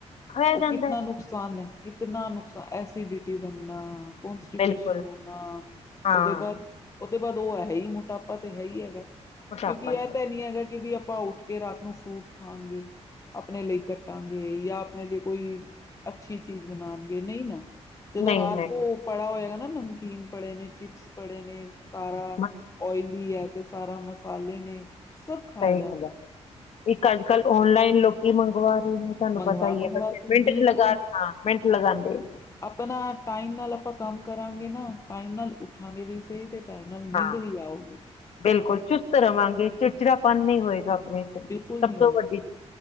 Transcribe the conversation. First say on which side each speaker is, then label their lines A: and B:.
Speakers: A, on the left (about 65°); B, on the left (about 30°).
A: ਖਾਇਆ
B: ਉਹ
A: ਜਾਂਦਾ
B: ਕਿਤਨਾ ਨੁਕਸਾਨ ਹੈ, ਕਿਤਨਾ ਨੁਕਸਾਨ ਐਸੀਡੀਟੀ ਬਣਨਾ ਕੌਟੀਪੇਸ਼ਨ
A: ਬਿਲਕੁਲ
B: ਹੋਣਾ
A: ਹਾਂ
B: ਉਹਦੇ ਬਾਅਦ ਦੇ ਬਾਅਦ ਉਹ ਹੈ ਹੀ ਮੋਟਾਪਾ ਤੇ ਹੈ ਹੀ ਹੈਗਾ
A: ਮੋਟਾਪਾ
B: ਕਿਉਂਕਿ ਇਹ
A: ਹੀ ਹੈ
B: ਤਾਂ ਨਹੀਂ ਹੈਗਾ ਕਿ ਵੀ ਆਪ ਉੱਠ ਕੇ ਰਾਤ ਨੂੰ ਫਰੂਟ ਖਾਂਗੇ ਆਪ ਆਪਣੇ ਲਈ ਕੱਟਾਂਗੇ ਜਾਂ ਆਪਣੇ ਲਈ ਕੋਈ ਅੱਛੀ ਚੀਜ਼ ਬਣਾਣਗੇ ਨਹੀਂ ਨਾ ਜਦੋਂ
A: ਨਹੀਂ
B: ਰਾਤ
A: ਨਹੀਂ
B: ਕੋ ਪੜਾ ਹੋਏਗਾ ਨਾ ਨਮਕੀਨ ਪੜੇ ਨੇ ਚਿਪਸ ਪੜੇ ਨੇ ਸਾਰਾ
A: ਮਸਤ
B: ਓਇਲੀ ਹੈ ਤੇ ਸਾਰਾ ਮਸਾਲੇ ਨੇ ਸਭ ਖਾਇਆ
A: ਸਹੀ
B: ਜਾਂਦਾ
A: ਗੱਲ ਹੈ ਇੱਕ ਅੱਜ ਕੱਲ ਔਨਲਾਈਨ ਲੋਕੀ ਮੰਵਾਉਦੇ ਤੁਹਾਨੂੰ
B: ਮੰਗਵਾ
A: ਪਤਾ
B: ਮੰਗਵਾ
A: ਈ ਐ ਬੱਚੇ
B: ਕੇ
A: ਮਿੰਟ
B: ਬਿਲਕੁਲ
A: ਚ ਲਗਾ ਦੇ ਹਾਂ ਮਿੰਟ ਲਗਾਂਦੇ।
B: ਆਪਣਾ ਟਾਈਮ ਨਾਲ ਆਪਾਂ ਕੰਮ ਕਰਾਂਗੇ ਨਾ ਟਾਈਮ ਨਾਲ ਉੱਠਾਂਗੇ ਵੀ ਸਹੀ ਤੇ ਟਾਈਮ ਨਾਲ ਨੀਂਦ
A: ਹਾਂ,
B: ਵੀ ਆਊਗੀ
A: ਬਿਲਕੁਲ ਚੁਸਤ ਰਵਾਂਗੇ ਚ ਚਿੜਾਪਨ ਨਈਂ ਹੋਏਗਾ। <inaudible> ਸਭ
B: ਬਿਲਕੁਲ ਨਹੀਂ
A: ਤੋਂ
B: ਹੋਊਗਾ
A: ਵੱਡੀ